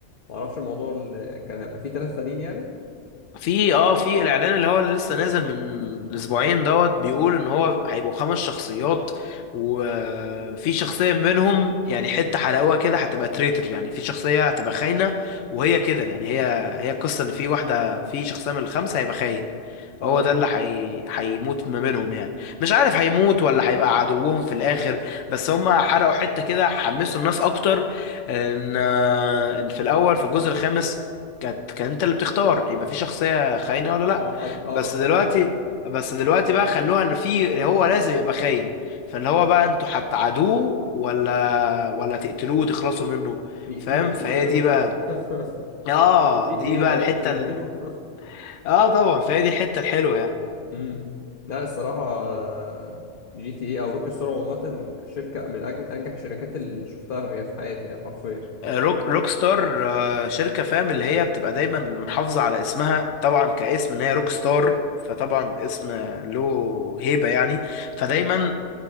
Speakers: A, on the left (about 45°); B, on the left (about 75°).
A: ما اعرفش الموضوع اللي كان هيبقى فيه ثلاث سنين يعني
B: في اه في الاعلان اللي هو اللي لسه نازل من اسبوعين دوت بيقول ان هو هيبقوا خمس شخصيات وفي شخصية منهم يعني حتة حرقوها كده هتبقى تريتر يعني في شخصية هتبقى خاينة وهي كده يعني هي هي القصة ان في واحدة في شخصية من الخمسة هيبقى خاين
A: اه
B: هو ده اللي حي... هيموت ما بينهم يعني مش عارف هيموت ولا هيبقى عدوهم في الاخر بس هم حرقوا حتة كده حمسوا الناس اكتر ان ان في الاول في الجزء الخامس كانت كان انت اللي بتختار يبقى في شخصية خاينة ولا لا
A: اه حد اه
B: بس دلوقتي بس دلوقتي بقى خلوها انه في هو لازم يبقى خاين فاللي هو بقى انتوا هتعادوه ولا ولا تقتلوه وتخلصوا منه
A: نقتلي
B: فاهم فهي
A: نقتله
B: دي
A: طبعا
B: بقى اه
A: <laughs> جي
B: دي
A: تي ايه
B: بقى
A: يعني
B: الحتة
A: مش هنقتله
B: ال...
A: <laughs>
B: اه طبعا فهي دي الحتة الحلوة يعني
A: امم لا الصراحة جي تي ايه او روكي ستار عامة شركة من أج- انجح الشركات اللي شفتها في في حياتي يعني حرفيا
B: آه، روك روك ستار آه، شركة فاهم اللي هي بتبقى دايما محافظة على اسمها طبعا كاسم ان هي روك ستار فطبعا اسم له هيبة يعني فدايما